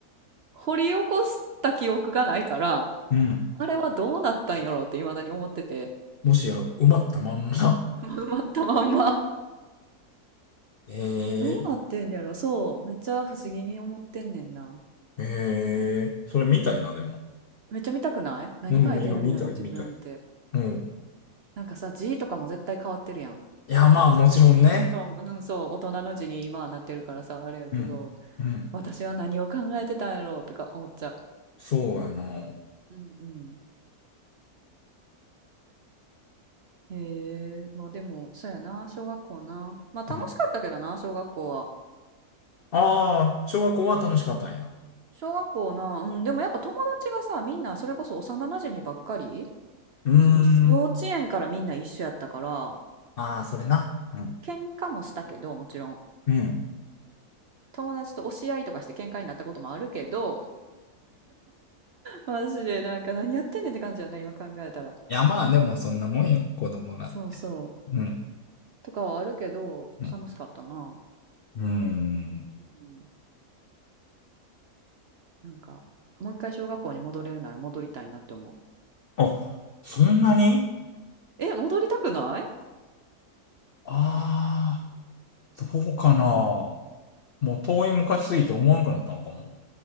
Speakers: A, on the right; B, on the left.
A: 掘り起こした記憶がないから、
B: うん。
A: あれはどうなったんやろうって未だに思ってて、
B: もしや、埋まったまんま。
A: <laughs> 埋まったまんま。
B: え
A: どうなってんやろそう。
B: え、
A: めっちゃ不思議に思ってんねんな。
B: ええ、それ見たいな、でも。
A: めっちゃ見たくない何書いてるんやろ自分って。
B: うん、いや、見たい、見たい。うん。
A: なんかさ、字とかも絶対変わってるやん。
B: いや、まあ、もちろんね。
A: そう、うん、そう、大人の字に今はなってるからさ、あれやけど、
B: うん。うん。
A: 私は何を考えてたんやろうとか思っちゃ
B: そうやな。
A: う。うんうん。へえ、まあでも、そうやな、小学校な。まあ楽しかったけどな、
B: うん
A: 小学校は。
B: ああ、小学校は楽しかったんや。
A: 小学校な、うん、でもやっぱ友達がさ、みんなそれこそ幼なじみばっかり、
B: うー
A: その幼稚園からみんな一緒やったから、
B: ん。ああ、それな。うん。
A: 喧嘩もしたけど、もちろん。
B: うん。
A: 友達と押し合いとかして喧嘩になったこともあるけど、マジでなんか何やってんねんって感じやな、今考えたら。
B: いや、まあ、でもそんなもんよ、子供なんて。
A: そうそう。
B: うん。
A: とかはあるけど、
B: うん。
A: 楽しかったな。
B: うーん。
A: うん、なんか、もう一回小学校に戻れるなら戻りたいなって思う。
B: あ、そんなに
A: え、戻りたくない
B: ああ、どうかな。もう遠い昔すぎて思わんくなったのかも。